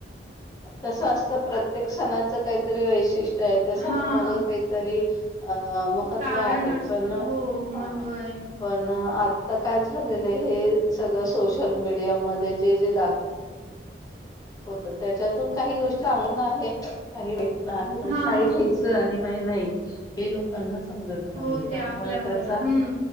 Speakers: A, on the left (about 20°); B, on the right (about 40°).
A: कसं असतं प्रत्येक सणाच काहीतरी वैशिष्ट्य आहे त्या सणामाग
B: हां.
A: काहीतरी. अ महत्त्व
B: कारण
A: आहे
B: असतं.
A: पण हा
B: हो, महत्त्व आहे.
A: पण. आता काय झालेलं हे सगळं सोशल मीडियामध्ये जे जे दाखव. हो तर. त्याच्यातून काही गोष्टी चांग <inaudible> <unintelligible> आहे काही वाईट आहे
B: हां.
A: काही घ्यायचं आणि. <unintelligible> नाही हे लोकांना समजत नाही
B: हो,
A: त्यामुळे
B: ते आपल्यावर.
A: त्याचा.
B: हं.